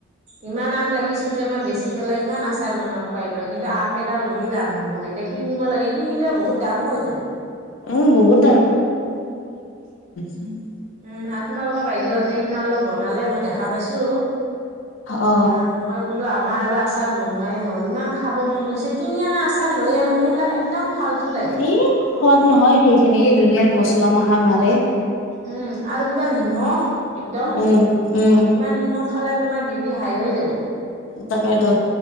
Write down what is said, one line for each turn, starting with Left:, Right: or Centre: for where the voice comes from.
Right: ইমান আম লাগিছিল যে মই বেছি পেলাই ইমান আচাৰ বনাব পাৰিলো হয়ে কিন্তু আম কেইডাল ৰুই লাভ নহল এতিয়া কিনিব লাগে, কিনিলেও বহুত দাম কতো
Left: উম বহুত উম
Right: উম আৰু তোমালোকৰ বাইদেউহতে সিদিনা অলপ বনালে, মই দেখা পাইছো,
Left: অ
Right: তাৰপিছত মই বোলো আমাৰ আৰু আচাৰ বনোৱাই নহ'ল ইমান খাব মন গৈছে, কিনি আনা আচাৰ লৈ আহোঁ সেইবিলাক একদম ফাল্টু লাগে
Left: এ সদ নহয়। সেইখিনি ধুনীয়াৰ মচলা মাখা মাৰে
Right: উম আৰু কিবা নিমখ একদম
Left: উম উম
Right: ইমান নিমখ খালে তোমাৰ বি পি হই হৈ যাব-
Left: তাকেইতো